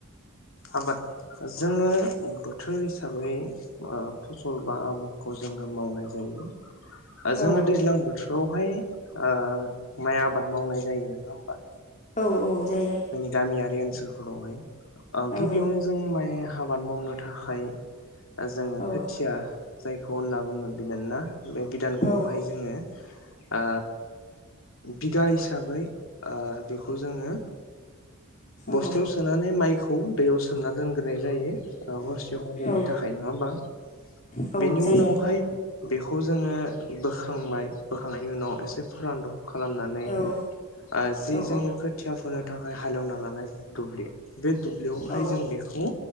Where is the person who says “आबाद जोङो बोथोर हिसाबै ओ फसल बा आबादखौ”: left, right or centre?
Left